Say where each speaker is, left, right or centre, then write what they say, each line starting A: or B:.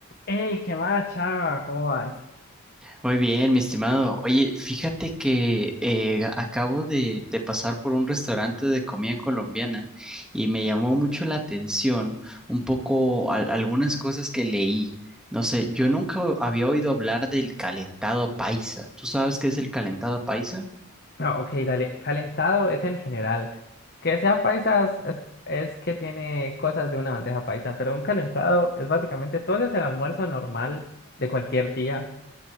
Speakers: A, on the left; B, in the centre.
A: ¡Ey, qué más, chava! ¿Cómo vas?
B: Muy bien, mi estimado. Oye, fíjate que eh, acabo de, de pasar por un restaurante de comida colombiana y me llamó mucho la atención un poco al- algunas cosas que leí. No sé, yo nunca había oído hablar del calentado paisa. ¿Tú sabes qué es el calentado paisa?
A: No, ok, dale. Calentado es en general. Que sea paisas es, es que tiene cosas de una bandeja paisa, pero un calentado es básicamente todo es el almuerzo normal de cualquier día.